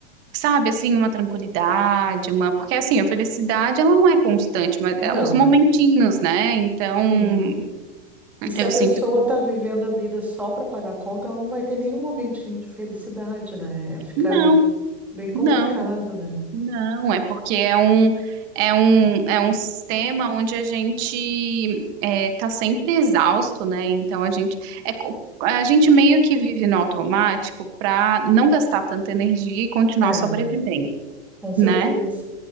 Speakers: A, on the right; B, in the centre.
A: sabe, assim, uma tranquilidade, uma, porque assim, a felicidade ela não é constante, mas
B: Não,
A: é os momentinhos, né? Então,
B: sim. E se
A: eu
B: a pessoa
A: sinto que
B: está vivendo a vida só para pagar conta, ela não vai ter nenhum momentinho de felicidade, né? É, Fica
A: não,
B: bem complicado,
A: não.
B: né?
A: Não, é porque é um, é um, é um sistema onde a gente está sempre exausto, né? Então a gente é, co- a gente meio que vive no automático para não gastar tanta energia e continuar
B: É, é,
A: sobrevivendo,
B: com certeza.
A: né?